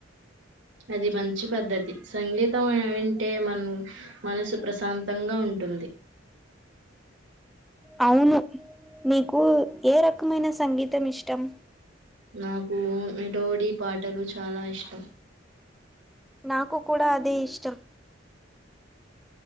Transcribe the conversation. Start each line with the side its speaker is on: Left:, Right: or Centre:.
Right: అది మంచి పద్ధతి సంగీతం అ వింటే మన్ మనసు ప్రశాంతంగా ఉంటుంది
Centre: అవును మికు ఏ రకమైన సంగీతం ఇష్టం
Right: నాకు మెటోడి పాటలు చాలా ఇష్టం
Centre: నాకు కూడ అదే ఇష్టం